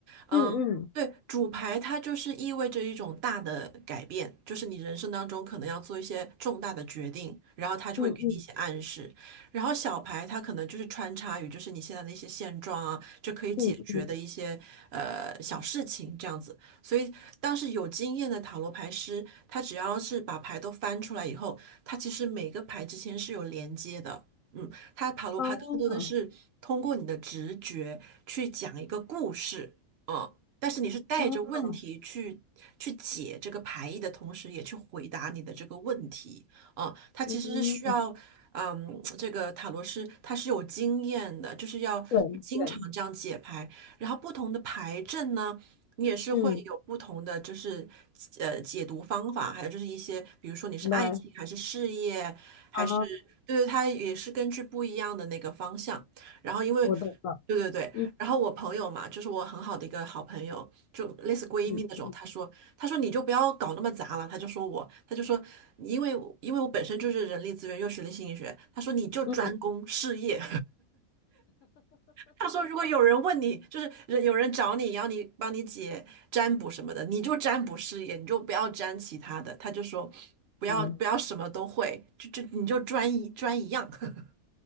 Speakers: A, on the right; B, on the left.
A: 嗯，
B: 嗯嗯
A: 对，主牌它就是意味着一种大的改变，就是你人生当中可能要做一些重大的决定，然后它就会给你一些暗示。
B: 嗯嗯
A: 然后小牌它可能就是穿插于就是你现在的一些现状啊，就可以解决的一些呃小事情这样子。
B: 嗯嗯，
A: 所以当时有经验的塔罗牌师，他只要是把牌都翻出来以后。它其实每个牌之间是有连接的。嗯，它塔罗牌更多的是通过你的直觉去讲一个故事，
B: 啊
A: 嗯，但是你是带着问题去去解这个牌意的同时，
B: 啊。
A: 也去回答你的这个问题，嗯，它其实是需要，
B: 嗯
A: 嗯，这个塔罗师他是有经验的，就是要经常这样解牌，
B: 对对，
A: 然后不同的牌阵呢。你也是会有不同的，
B: 嗯，
A: 就是呃解读方法，还有就是一些，比如说你是爱情还是事业，
B: 明白
A: 还是对对，
B: 啊，
A: 它也是根据不一样的那个方向。然后因为
B: 我懂了，
A: 对对对，
B: 嗯
A: 然后我朋友嘛，就是我很好的一个好朋友，就类似闺蜜那种，
B: 嗯
A: 她说她说你就不要搞那么杂了，她就说我，她就说因为因为我本身就是人力资源又学了心理学，她说你就专攻事业，
B: 嗯。
A: 他说，如果有人问你，就是人有人找你，然后你帮你解占卜什么的，你就占卜事业，你就不要占其他的。他就说，不要不要什么都会，
B: 嗯
A: 就就你就专一专一样。<laughs>